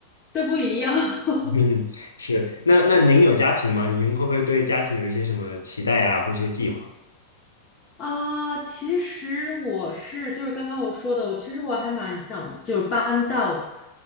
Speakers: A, on the left; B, on the left.
A: 都不一样。<laughs>
B: 嗯，是。那那您有家庭吗？您会不会对家庭有一些什么期待啊，或者一些计划？
A: 啊，其实我是就是刚刚我说的，我其实我还蛮想就是搬到，